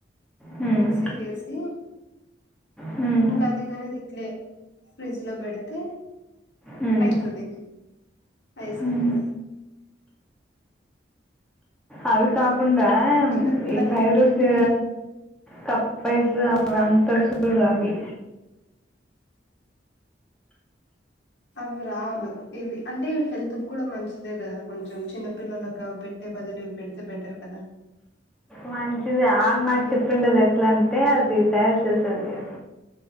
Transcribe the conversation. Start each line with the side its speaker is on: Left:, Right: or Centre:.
Centre: హ్మ్
Left: మిక్సీకేసి
Centre: హ్మ్
Left: ఇంకా కానేది ఇట్లే ఫ్రిజ్ లో పెడితే
Centre: హ్మ్
Left: అయితది ఐస్
Centre: హ్మ్
Left: క్రీమ్
Centre: అవి కా కుండా
Left: చిన్నపిల్లయి
Centre: ఈ ఫ్రైడ్ రైసు
Left: హ్మ్.
Centre: కప్పైసు అవంత సొల్లవి
Left: అవి రాదు ఇవి అంటే హెల్త్ కి కూడా మంచిదే కదా కొంచెం చిన్న పిల్లలకు అవి పెట్టే బదులు ఇవి పెడితే బెటర్ కదా
Centre: మంచిదే ఆడు నాకు చెప్పింది అదెట్ల అంటే అది తయారు చేసేది.